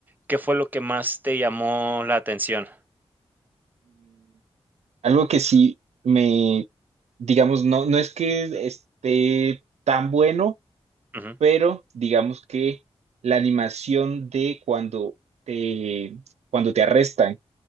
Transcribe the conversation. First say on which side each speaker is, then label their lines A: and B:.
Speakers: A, on the right (about 15°); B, on the right (about 80°).
A: ¿qué fue lo que más te llamó la atención?
B: algo que sí me, digamos, no, no es que esté tan bueno,
A: Ujú.
B: pero digamos que la animación de cuando te, cuando te arrestan